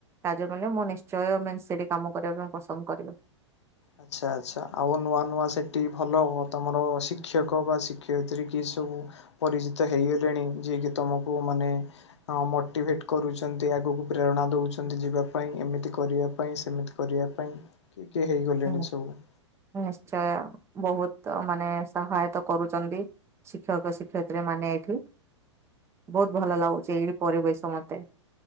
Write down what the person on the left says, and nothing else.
ଆଚ୍ଛା ଆଚ୍ଛା ଆଉ ନୂଆ ନୂଆ ସେଠି ଭଲ ତମର ଶିକ୍ଷକ ବା ଶିକ୍ଷୟିତ୍ରୀ କି ସବୁ ପରିଚିତ ହେଇଗଲେଣି ଯିଏ କି ତମକୁ ମାନେ ହଁ ମୋଟିଭେଟ କରୁଛନ୍ତି ଆଗକୁ ପ୍ରେରଣା ଦଉଛନ୍ତି ଯିବା ପାଇଁ ଏମିତି କରିବା ପାଇଁ ସେମିତି କରିବା ପାଇଁ କିଏ କିଏ ହେଇଗଲେଣି
ସବୁ।